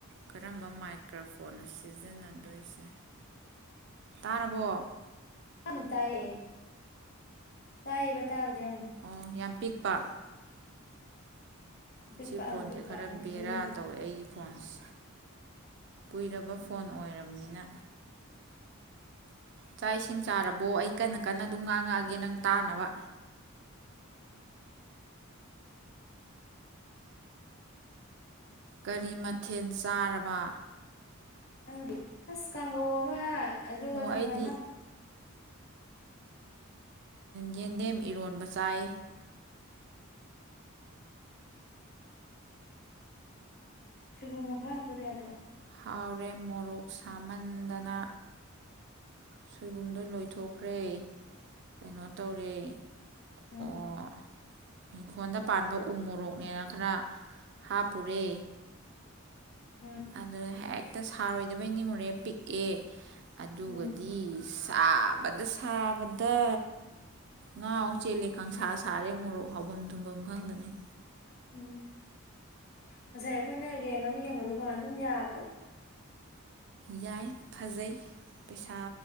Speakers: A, on the right; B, on the left.
A: ꯀꯔꯝꯕ ꯃꯥꯏꯀ꯭ꯔꯣꯐꯣꯟꯅ ꯁꯤꯖꯤꯟꯅꯗꯣꯏꯁꯦ ꯇꯥꯔꯕꯣ
B: ꯇꯥꯕꯨꯗꯤ ꯇꯥꯏꯌꯦ ꯇꯥꯏꯌꯦꯕ ꯇꯕꯗꯤ ꯑꯪ
A: ꯑꯣ ꯌꯥꯝ ꯄꯤꯛꯄ
B: ꯄꯤꯛꯄ
A: ꯁꯤ ꯐꯣꯟꯁꯦ
B: ꯑꯪ ꯄꯤꯛꯄ
A: ꯈꯔ
B: ꯑꯪ
A: ꯕꯦꯔꯥ
B: ꯈꯣꯟꯖꯦꯜꯁꯦ
A: ꯇꯧꯋꯦ ꯑꯩꯒꯤ ꯐꯣꯟꯁꯦ ꯀꯨꯏꯔꯕ ꯐꯣꯟ ꯑꯣꯏꯔꯃꯤꯅ ꯆꯥꯛ ꯏꯁꯤꯡ ꯆꯥꯔꯕꯣ ꯑꯩ ꯀꯟꯅ ꯀꯟꯅ ꯑꯗꯨꯝ ꯉꯥꯡꯉꯛꯑꯒꯦ ꯅꯪ ꯇꯥꯅꯕ ꯀꯔꯤ ꯃꯊꯦꯜ ꯆꯥꯔꯕ
B: ꯅꯪꯗꯤ ꯑꯁ ꯀꯥꯡꯒꯧ ꯑꯃ ꯑꯗꯨꯒ
A: ꯑꯣ
B: ꯆꯝꯐꯨꯗ
A: ꯑꯩꯗꯤ
B: ꯑꯃ
A: ꯌꯦꯟꯗꯦꯝ ꯏꯔꯣꯟꯕ ꯆꯥꯏ
B: ꯁꯣꯏꯕꯨꯝꯃ ꯈꯔ ꯍꯥꯞꯆꯔ ꯌꯥꯗ꯭ꯔꯣ
A: ꯍꯥꯎꯔꯦ ꯃꯣꯔꯣꯛ ꯁꯥꯃꯟꯗꯅ ꯁꯣꯏꯕꯨꯝꯗꯣ ꯂꯣꯏꯊꯣꯛꯈ꯭ꯔꯦ ꯀꯩꯅꯣ ꯇꯧꯔꯦ
B: ꯎꯝ
A: ꯑꯣ ꯏꯪꯈꯣꯜꯗ ꯄꯥꯟꯕ ꯎ ꯃꯣꯔꯣꯛꯅꯦꯅ ꯈꯔ ꯍꯥꯞꯄꯨꯔꯦ
B: ꯎꯝ
A: ꯑꯗ ꯍꯦꯛ ꯇ ꯁꯥꯔꯣꯏꯗꯕꯣꯏ ꯅꯤꯡꯉꯨꯔꯦ ꯄꯤꯛꯑꯦ ꯑꯗꯨꯒꯗꯤ
B: ꯎꯝ
A: ꯁꯥꯕꯗ ꯁꯥꯕꯗ ꯉꯥꯥꯎ ꯆꯦꯜꯂꯦ ꯀꯥꯡꯪꯁꯥ ꯁꯥꯔꯦ ꯃꯣꯔꯣꯛ ꯍꯥꯎꯕꯝ ꯊꯨꯝꯕꯝ ꯈꯪꯗꯉꯩ
B: ꯎꯝ ꯉꯁꯥꯏ ꯑꯩꯈꯣꯏꯅ ꯔꯦꯟ ꯑꯃ ꯌꯦꯡꯕꯗꯨꯀꯣ ꯑꯗꯨꯝ ꯌꯥꯗꯔꯣ
A: ꯌꯥꯏ ꯐꯖꯩ ꯄꯩꯁꯥ